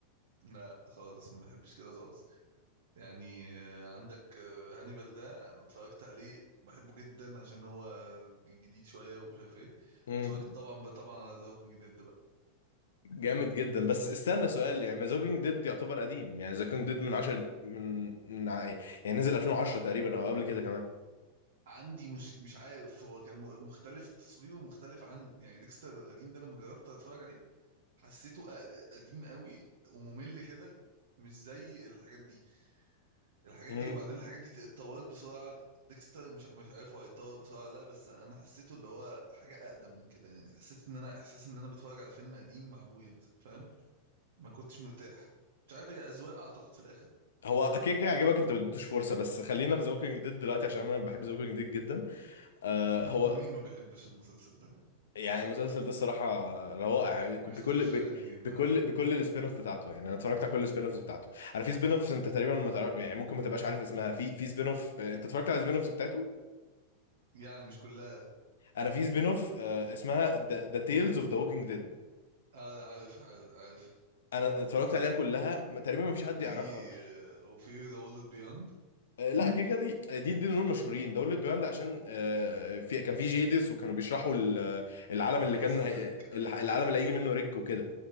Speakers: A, on the right; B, on the left.
A: لا خالص ما بحبش كده خالص يعني آه، عندك آه، هانيبال ده انا اتفرجت عليه بحبه جدا عشان هو جديد شويه ومش عارف ايه
B: امم
A: واتفرجت طبعا طبعا على ذا ووكينج ديد بقى
B: جامد جدا بس استنى سؤال يعني ذا كينج ديد يعتبر قديم يعني ذا كينج ديد من 10 من من ع- يعني نزل 2010 تقريبا او قبل كده كمان
A: عندي مش مش عارف هو كان م- مختلف تصويره مختلف عن يعني ديكستر القديم ده لما جربت اتفرج عليه حسيته أ- قديم قوي وممل كده مش زي الحاجات دي الحاجات
B: امم
A: دي وبعدين الحاجات دي اتطورت بسرعة ديكستر مش مش عارف هو اتطور بسرعة لا بس انا حسيته اللي هو حاجة اقدم من كده يعني حسيت ان انا احساس ان انا بتفرج على فيلم قديم مع ابويا مثلا فاهم ما كنتش مرتاح مش عارف هي اذواق اعتقد في الاخر
B: هو كده كده عجبك انت ما اديتوش فرصه بس خلينا في ذا كينج ديد دلوقتي عشان انا بحب ذا كينج ديد جدا آه هو
A: هو مين ما بيحبش المسلسل ده يعني
B: يعني المسلسل ده الصراحه روائع
A: ما
B: بكل
A: يختلفش
B: ب...
A: على اتنين
B: بكل
A: آه.
B: بكل السبين اوف بتاعته يعني انا اتفرجت على كل السبين اوفز بتاعته انا في سبين اوفز انت تقريبا ما تعرف يعني ممكن ما تبقاش عارف اسمها في في سبين اوف انت اتفرجت على السبين اوفز بتاعته
A: يعني مش كلها
B: انا في سبين اوف آه اسمها ذا تيلز اوف ذا ووكينج ديد
A: اه عارف عارف عارف
B: انا اتفرجت عليها كلها ما- تقريبا ما فيش
A: وفي
B: حد يعرفها
A: آه، وفي ذا وورلد بيوند
B: آه، لا كده كده دي دي دي دول مشهورين دول بيوند عشان آه، في كان في جيدس وكانوا بيشرحوا ال- العالم
A: اللي
B: اللي
A: حصل
B: كان هي-
A: لك آه.
B: الع- العالم اللي هيجي منه ريك وكده